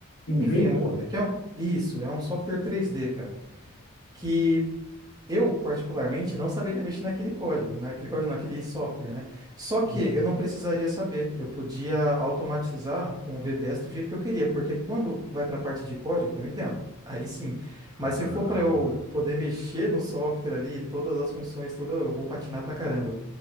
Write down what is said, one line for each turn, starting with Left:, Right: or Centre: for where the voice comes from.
Left: Inventor?
Right: Enfim, o- que é um- isso, é um software 3D, cara. Que eu, particularmente, não saberia mexer naquele código, naquele código, naquele software, né? Só que
Left: Sim.
Right: eu não precisaria saber. Eu podia automatizar com o VBS do jeito que eu queria, porque quando vai para a parte de código, eu entendo. Aí sim.
Left: Ah,
Right: Mas se for para eu poder mexer no software ali, todas as funções, tudo, eu vou patinar pra caramba,